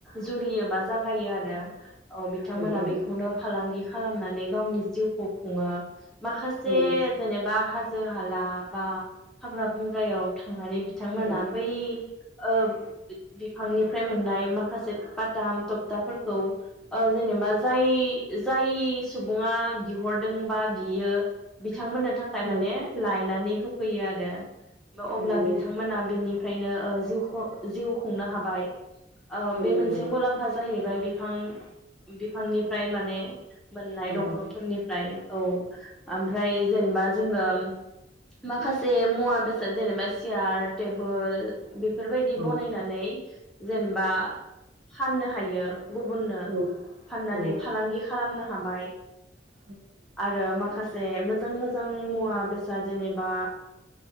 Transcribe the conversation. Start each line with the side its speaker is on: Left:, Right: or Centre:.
Centre: जुरियोबा जागायो आरो औ बिथांमोना
Right: औ औ
Centre: बेखौनो फालांगि खालामनानै गावनि जिउखौ खुङो। माखासे
Right: औ नंगौ
Centre: हाजो हाला बा हाग्रा बंग्रायाव थांनानै बिथांमोना
Right: औ
Centre: बै। ओ बिफांनिफ्राय मोननाय माखासे बाताम तबथाफोर जेनेबा जाय जाय सुबुङा बिहरदों बा बियो बिथांमोनो थाखाय
Right: औ
Centre: माने लायनानै होफैयो आरो अब्ला
Right: नंगौ
Centre: बिथांमोना बिनि। ओमफ्रायनो जि जिउ खुंनो हाबाय ओं
Right: औ
Centre: बे
Right: नंगौ
Centre: मोनसे मुलाम्फा जाहैबाय बिफां बिफांनिफ्राय माने मोननाय
Right: औ
Centre: दंफांफोरनिफ्राय औ आमफ्राय जेनेबा जोङो माखासे मुवा बेसाद जेनेबा सियार टेबोल बेफोरबायदि
Right: औ
Centre: बनायनानै जेनेबा फाननो हायो। गुबुननो
Right: औ
Centre: फाननानै
Right: औ
Centre: फालांगि खालाम खालामनो हाबाय।
Right: ओं
Centre: आरो माखासे। दे मोजां मो मोजां मुवा बेसाद जेनेबा